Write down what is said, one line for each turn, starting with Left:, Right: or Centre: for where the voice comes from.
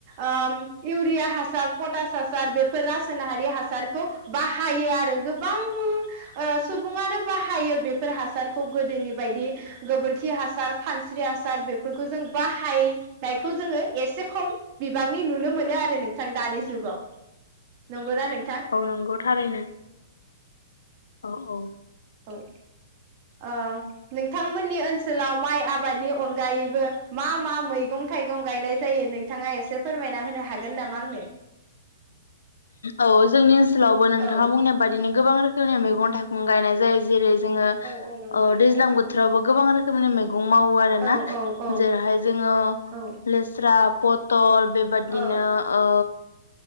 Right: ओम इउरिया हासार पटास हासार बेफोर रासायनारि हासारखौ बाहायो आरो गोबां सुबुङानो बाहायो। बेफोर हासारखौ गोदोनि बायदि गोबोरखि हासार खानस्रि हासार बेफोरखौ जों बाहायनायखौ जोङो एसे खम बिबांनि नुनो मोनो आरो नोंथां दानि जुगाव नंगौना नों
Left: औ नंगौ थारैनो औ औ।
Right: औ ओ नोंथांमोननि ओनसोलाव माइ आबादनि अनगायैबो मा मा मैगं थाइगं गायनाय जायो नोंथाङा एसे फोरमायना होनो हागोन नामा आंनो?
Left: औ जोंनि ओनसोल लावबो नोंथाङा
Right: औ
Left: बुंनाय बादिनो गोबां रोखो खोमनि मैगं थाइं गायनाय जायो जेरै जोङो
Right: औ नंगौ
Left: ओ
Right: नोंथां
Left: दैज्लां बोथोरावबो गोबां रोखोमनि मैग गं मावो आरोना
Right: औ औ औ
Left: जेरैहाय जोङो
Right: औ
Left: लेस्रा पतल बेबादिनो
Right: औ
Left: ओ